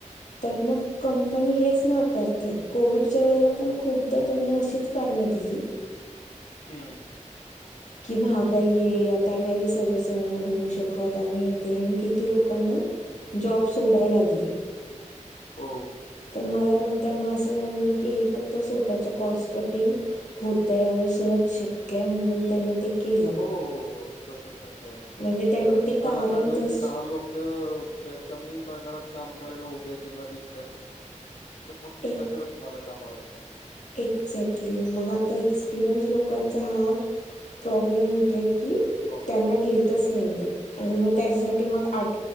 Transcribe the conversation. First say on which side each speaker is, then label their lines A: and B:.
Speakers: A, on the left; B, on the left.
A: तर मग कंपनी हेच ना करता कोविडच्या वेळेला पण खूपदा त्यांनी अशीच न दिली
B: हम्म
A: कि महागा ये आता नाही सगळ सण होऊ शकत आणि येते आणि किती लोकांना जॉब सोडाय लागली
B: हो
A: मला नंतर मग असं जाणवलं की हे फक्त स्वतःच कॉस् कटिंग होतय आणि स शक्य म्हणून त्यांनी ते केलं
B: हो हो हो तसच आहे हो
A: म्हणजे त्यांनी
B: कारण
A: ते
B: एक
A: कारण
B: कला काढला
A: जस्ट
B: की दहा लोक त्या कमी प्रकारात काम करायला उभे आहेत ना दिसतात आहे तर मग ते
A: एक
B: कशाला तुम्हाला कामाला ठेवण
A: एक्झॅक्टली मग आता एक्सपिरियन्स लोकांचा
B: हं.
A: हा प्रॉब्लेम होतो एक की
B: प्रॉब्लेम
A: त्यांना
B: होतो.
A: घेतच नाहीयेत आणि मग
B: घेत
A: त्याच्यासाठी
B: नाहीत.
A: मग
B: हो.
A: आ